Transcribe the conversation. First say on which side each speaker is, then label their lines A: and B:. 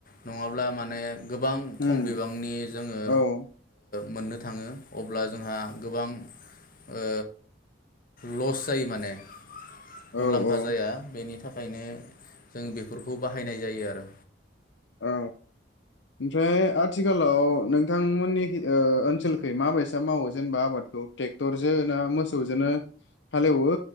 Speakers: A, on the left; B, on the left.
A: नङाब्ला माने गोबां खम
B: उम
A: बिबांनि जोङो
B: औ
A: मोननो थाङो। अब्ला जोंहा गोबां ओ लस जायो माने मुलाम्फा
B: औ औ
A: जाया बेनि थाख थाखायनो जों बेफोरखौ बाहायनाय जायो आरो
B: औ ओमफ्राय आथिखालाव नोंथांमोननि ओ ओनसोलखै माबायसा मावो जेनेबा आबादखौ ट्रेक्टरजों ना मोसौजोंनो हालेवो